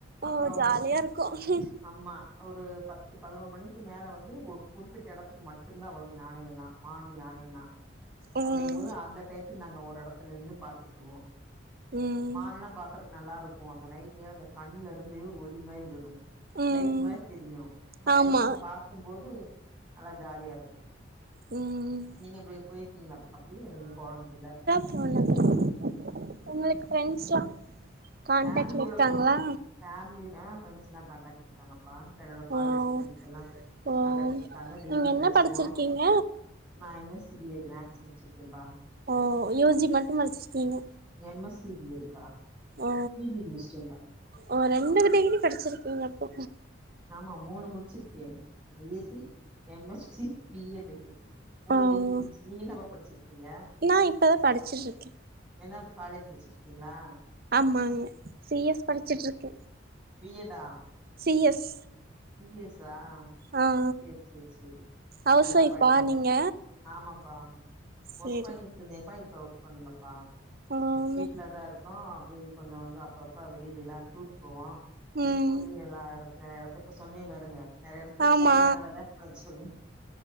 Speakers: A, in the centre; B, on the right.
A: அப்புறோ
B: ஓ ஜாலியா இருக்கு
A: ஆமா ஒரு பத்து பதினொரு மணிக்கு மேல வந்து குறிப்பிட்ட எடத்துக்கு மட் மட்டு்ந்தா வரும் யானைல்லா மான் யானைல்லா
B: ம்
A: அப்படிங்கும்போது அந்த டையத்துக்கு நாங்க ஒரு எடத்துல நின்னு பாத்துக்குடுவோம்
B: ம்
A: மானல்லா பாக்குறக்கு நல்லா இருக்கும் நைட் நேரோ அந்த கண்ணுல இருந்து ஒளி மாரி வரும்
B: ம்
A: லைட் மாறி தெரியும் அப்ப
B: ஆமா
A: நைட் அங்க பாக்கும் போது நல்லா ஜாலியா இருக்கும்
B: உம் ம் ம்
A: நீங்க இப்படி போயிருக்கீங்களாப்பா அப்டி இனி போனதுஇல்ல
B: தோன்னதில்ல உங்களுக்கு ஃப்ரெண்ட்ஸ்லா கான்டெக்ட்ல
A: ஃபேமிலியோட
B: இருக்காங்களா
A: போயிருக்கோம் ஃபேமிலி அ ஃப்ரெண்டஸ் எல்லா காண்டக்ட் இருக்காங்கப்பா என்னோட காலேஜ்
B: ஓ
A: ப்ரண்ட்ஸ் எல்லாம்
B: ஓ
A: கான்டெக்ட் இருக்காங்க டெய்லியு
B: நீங்க என்ன
A: பேசுவோ
B: படிச்சிருக்கீங்க
A: நா M S C B Ed maths வச்சிருக்கேன்ப்பா
B: ஓ யூ. ஜி மட்டு படிச்சிருக்கீங்க
A: M S C B Ed பா
B: ஓ
A: பிஜி முடிச்சிட்டேன்பா
B: ஓ ரெண்டு டிகிரி படிச்சிருக்கீங்க அப்போ
A: ஆமா மூணு முடிச்சிருக்கே B S C M S C B Ed மூணு
B: ஓ
A: டிகிரி முட்சு நீங்க என்னப்பா படிச்சிருக்கீங்க
B: நா இப்பதாப் படிச்சுட்ருக்கே
A: என்ன இப் காலேஜ் படிச்சிட்ருக்கீங்ளா
B: ஆமாங்க சி எஸ் படிச்சுட்ருக்கே
A: பி எட் டா
B: சி எஸ்
A: சி எஸ் ஸா
B: ஆ
A: சேர் சேர் சேரி
B: ஹவுஸ்
A: நல்லா
B: ஒய்ஃபா
A: படிங்க
B: நீங்க
A: ஆமாப்பா
B: சேரி
A: ஒர்க் பண்ணிட்டு இருந்தேப்பா இப்ப ஒர்க் பண்ணலப்பா
B: ஆமா
A: வீட்லதா இரு க்கோ அப்டியே கொஞ்ச கொஞ்ச அப்பப்ப வெளியிலல்லா டூர் போவோ
B: ம்
A: போயி எல்லா எடத்துல எடத்து இப்ப சொன்னே பாருங்க நெறையஎடத்துக்கு
B: ஆமா
A: போனனாலத இவ்ளோ சொன்னே